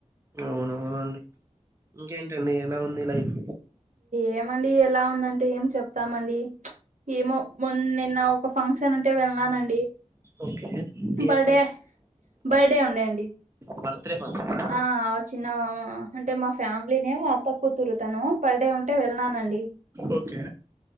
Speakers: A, on the right (about 20°); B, on the right (about 80°).
A: అవునవునండి ఇంకేంటండి ఎలా ఉంది లైఫ్
B: ఏమండి ఎలా ఉందంటే ఏం చెప్తామండి ఏమో మొన్న నిన్న ఒక ఫంక్షన్ ఉంటే వెళ్ళానండి
A: ఓకే
B: బర్డే
A: ఏం
B: బర్డే ఉండేండి
A: బర్ బర్త్డేఫంక్షన్ ఆ
B: ఆ చిన్న అంటే మా ఫ్యామిలీనే మా అత్త కూతురు తను బర్త్డే ఉంటే వెళ్నానండి
A: ఓకే